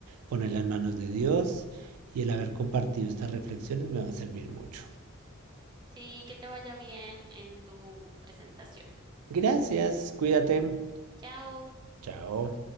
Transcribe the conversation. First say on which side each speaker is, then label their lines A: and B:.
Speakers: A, on the right; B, on the right.
A: ponerla en manos de Dios y el haber compartido estas reflexiones me va a servir mucho.
B: Sí, que te vaya bien en tu presentación.
A: Gracias, cuídate.
B: Chao.
A: Chao.